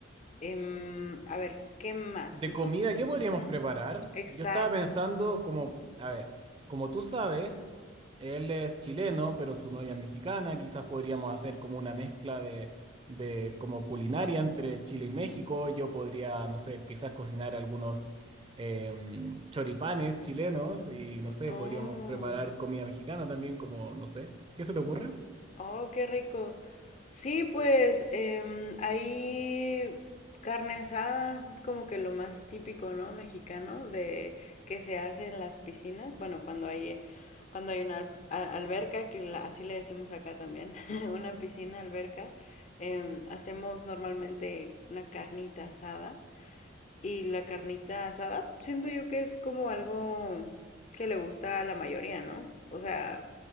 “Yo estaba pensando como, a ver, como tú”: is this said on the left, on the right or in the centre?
Right